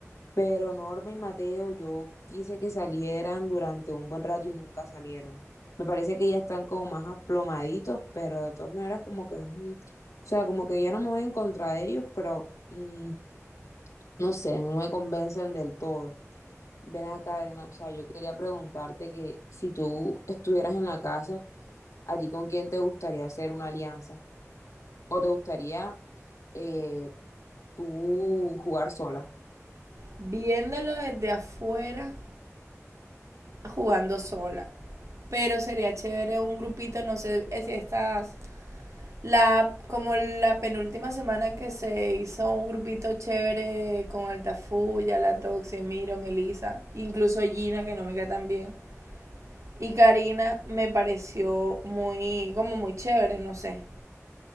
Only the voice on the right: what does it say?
Viéndolo desde afuera, jugando sola. Pero sería chévere un grupito, no sé eh, si estas, la, como la penúltima semana que se hizo un grupito chévere con Altafuya, La Toxie, Miro, Melissa, incluso Gina, que no me cae tan bien. Y Karina me pareció muy, como muy chévere, no sé.